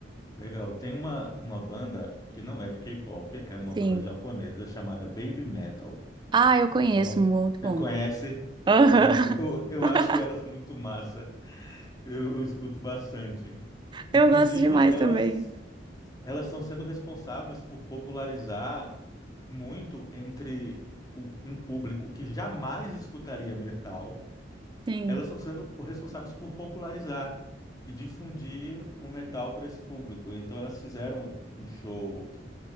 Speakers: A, on the left; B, on the right.
A: legal. Tem uma, uma banda que não é de K-pop, é uma
B: Sim.
A: banda japonesa chamada Baby Metal.
B: Ah, eu conheço,
A: É uma...
B: muito bom.
A: Conhece?
B: Aham.
A: Pronto, eu, <laughs> eu
B: <laughs>
A: acho elas muito massa. Eu, eu escuto bastante. Inclusive,
B: Eu gosto demais
A: elas
B: também.
A: elas estão sendo responsáveis por popularizar muito entre o- um público que jamais escutaria metal.
B: Sim.
A: Elas estão sendo responsáveis por popularizar e difundir o metal para esse público. Então, elas fizeram um show